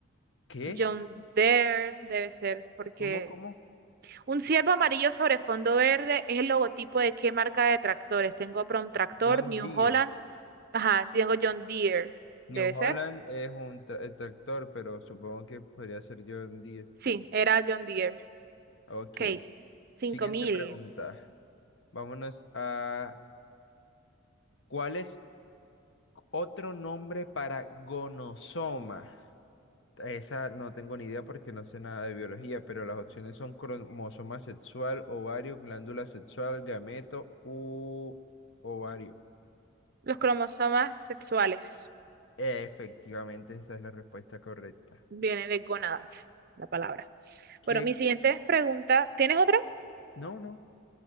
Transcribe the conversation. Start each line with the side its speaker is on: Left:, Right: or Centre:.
Left: ¿Qué?
Right: John Deere debe ser, porque
Left: ¿Cómo, cómo?
Right: un ciervo amarillo sobre fondo verde es el logotipo de qué marca de tractores. Tengo Prom Tractor,
Left: John
Right: New
Left: Deere.
Right: Holland, ajá, tengo John Deere,
Left: New
Right: debe
Left: Holland
Right: ser.
Left: es un tra- el tractor, pero supongo que podría ser John Deere.
Right: Sí, era John Deere.
Left: Ok.
Right: Ok, cinco
Left: Siguiente
Right: mil.
Left: pregunta. Vámonos a... ¿Cuál es otro nombre para gonosoma? Esa no tengo ni idea porque no sé nada de biología, pero las opciones son cromosoma sexual, ovario, glándula sexual, gameto u ovario.
Right: Los cromosomas sexuales.
Left: Efectivamente, esa es la respuesta correcta.
Right: Viene de gonadas la palabra.
Left: ¿Qué?
Right: Bueno, mi siguiente pregunta, ¿tienes otra?
Left: No, no.